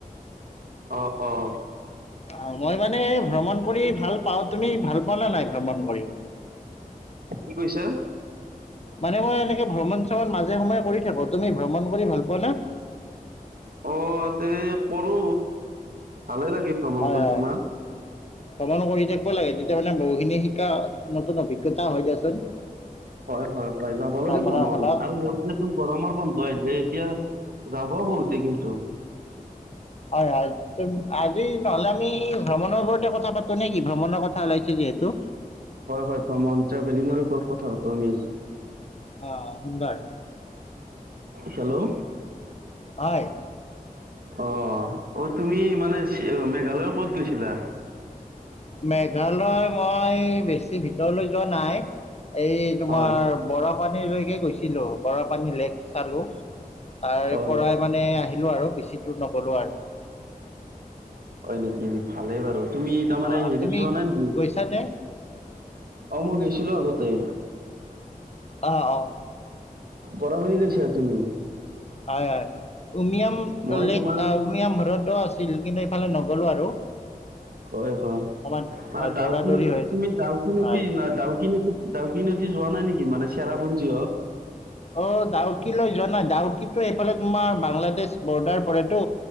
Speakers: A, on the right; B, on the left.
A: অ'অ'।
B: অ' মই মানে ভ্ৰমণ কৰি ভাল পাওঁ। তুমি ভাল পোৱা নে নাই ভ্ৰমণ কৰি।
A: কি কৈছা।
B: মানে মই এনেকে ভ্ৰমণ চ্ৰমণ মাজে সময়ে কৰি থাকো। তুমি ভ্ৰমণ কৰি ভাল পোৱা না।
A: অ'তে কৰো ভালে লাগি ভ্ৰমণ
B: হয়
A: কৰি
B: হয়
A: তোমাৰ।
B: ভ্ৰমণ কৰি থাকিব লাগে তেতিয়া মানে বহুখিনি শিকা নতুন অভিজ্ঞতা হয় দিয়াচোন।
A: হয়, হয়, হয় যাব লগে
B: ভ্ৰমণৰ
A: ভমণ
B: ফলত
A: আৰু গৰমৰ বন্ধ আহ দেই। এতিয়া যাব বহুতে কিন্তু।
B: হয়, হয় আজি নহ'লে আমি। ভ্ৰমণৰ ওৰতে কথা পাতো নে কি ভ্ৰমণৰ কথা ওলাইছো যিহেতু।
A: হয়, হয় ভ্ৰমণ ট্ৰেভেলিঙৰ ওপৰত কথা পাতো আমি আজি
B: আহ সুন্দৰ।
A: হেল্ল'।
B: হয়।
A: অ' অ' তুমি মানে মেঘালয় ক'ত গৈছিলা।
B: মেঘালয় মই বেছি ভিতৰলৈ যোৱা নাই। এই তোমাৰ
A: হয়
B: বৰাপানীলৈকে গৈছিলো। বৰাপানী লেক চালো। তাৰে
A: হয়
B: পৰাই মানে আহিলো আৰু বেছি দূৰ নগলো আৰু।
A: হয় নেকি? ভালেই বাৰু। তুমি তাৰমানে
B: অ
A: হেৰিত
B: তুমি
A: যোৱা নাই নেকি?
B: গৈছানে
A: অ মই গৈছিলো আগত। তে
B: আহ। আহ।
A: বৰা পানী গৈছা তুমি।
B: হয়, হয়, উমিয়াম
A: মই
B: লেক
A: তোমাৰ
B: উমিয়াম হ <unintelligible> আছে ছিল কিন্তু এইফালে নগলো আৰু।
A: হয়, হয়।
B: অকণমান
A: মানে ডাউ
B: দৌৰা দৌৰি হৈ আছে।
A: তুমি ডাউক নদী
B: হয়
A: ন ডাউক নদীতাউকি নদী যোৱা নাই নেকি মানে চেৰাপুঞ্জী হক।
B: অ ডাউকি লৈ যোৱা নাই। ডাউকি এইফালে তোমাৰ বাংলাদেশ বৰ্ডাৰ পৰেতো।